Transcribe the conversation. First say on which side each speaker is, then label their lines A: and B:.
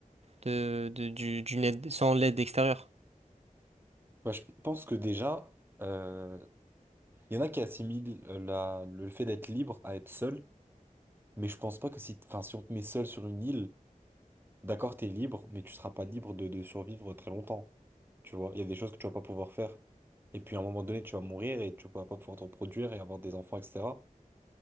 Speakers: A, on the right; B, on the right.
A: de, de- du, d'une aide, sans l'aide extérieure.
B: Bah, je pense que déjà, euh, il y en a qui assimilent euh, la, le fait d'être libre à être seul, mais je pense pas que si, enfin, si on te met seul sur une île, d'accord, t'es libre, mais tu seras pas libre de, de survivre très longtemps. Tu vois, il y a des choses que tu vas pas pouvoir faire. Et puis à un moment donné, tu vas mourir et tu vas pas pouvoir te reproduire et avoir des enfants, etc.